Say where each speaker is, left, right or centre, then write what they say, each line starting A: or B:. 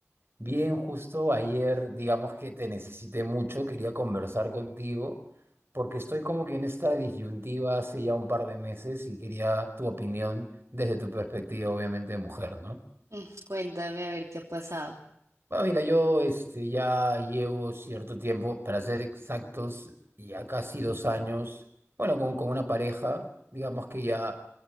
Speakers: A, on the right (about 50°); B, on the right (about 75°).
A: Bien, justo ayer, digamos que te necesité mucho, quería conversar contigo, porque estoy como que en esta disyuntiva hace ya un par de meses y quería tu opinión desde tu perspectiva, obviamente, de mujer, ¿no?
B: Mm, Cuéntame a ver qué ha pasado.
A: Bueno, mira, yo este, ya llevo cierto tiempo, para ser exactos, ya casi dos años, bueno, con, con una pareja, digamos que ya